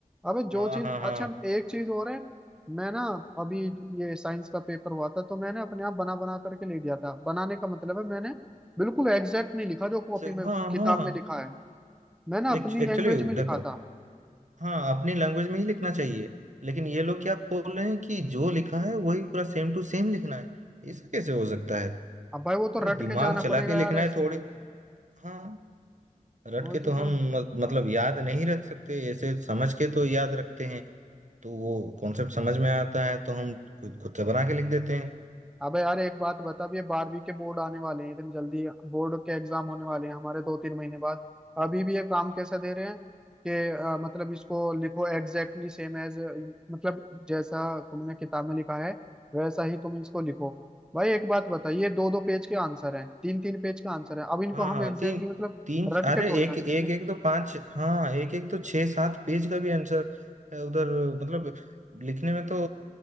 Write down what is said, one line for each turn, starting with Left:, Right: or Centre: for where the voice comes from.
Centre: अबे
Right: हाँ
Centre: जो चीज
Right: हाँ हाँ
Centre: अच्छा एक चीज और है मैं ना अभी ये साइंस का पेपर हुआ था तो मैंने अपने आप बना बना करके ले दिया था बनाने का मतलब है मैंने बिल्कुल एग्जैक्ट नहीं लिखा जो कॉपी
Right: से-
Centre: में
Right: हाँ
Centre: किताब
Right: हाँ
Centre: में लिखा है मैंने अपनी
Right: एक्चुअली
Centre: लैंग्वेज में
Right: देखो
Centre: लिखा था
Right: हाँ अपनी लैंग्वेज में ही लिखना चाहिए लेकिन ये लोग क्या बोल रहे हैं कि जो लिखा है वही पूरा सेम टू सेम लिखना है ऐसा कैसे हो सकता है
Centre: अब भाई वो तो
Right: अरे
Centre: रट
Right: दिमाग
Centre: के जाना
Right: चला
Centre: पड़ेगा
Right: के लिखना
Centre: यार
Right: है
Centre: ऐसे
Right: थोड़ी हाँ रट
Centre: वही
Right: के तो
Centre: तो
Right: हम
Centre: करूँ
Right: मत- मतलब याद नहीं रख सकते ऐसे समझ के तो याद रखते हैं तो वो कॉन्सेप्ट समझ में आता है तो हम खुद खुद से बना के लिख देते हैं
Centre: अबे यार एक बात बता अब ये बारहवीं के बोर्ड आने वाले हैं इतनी जल्दी बोर्ड के एग्जाम होने वाले हैं हमारे दो तीन महीने बाद अभी भी ये काम कैसा दे रहे हैं कि अ, मतलब इसको लिखो एग्जैक्टली सेम एज मतलब जैसा तुमने किताब में लिखा है वैसा ही तुम इसको लिखो भाई एक बात बता ये दो दो पेज के आंसर हैं तीन तीन पेज के आंसर हैं अब इनको
Right: हाँ
Centre: हम
Right: हाँ
Centre: एग्जैक्टली
Right: तीन
Centre: मतलब
Right: तीन
Centre: रट
Right: अरे
Centre: के थोड़ी
Right: एक
Centre: ना लिखेंगे
Right: एक एक तो पांच हाँ एक एक तो छह सात पेज का भी आंसर है उधर मतलब लिखने में तो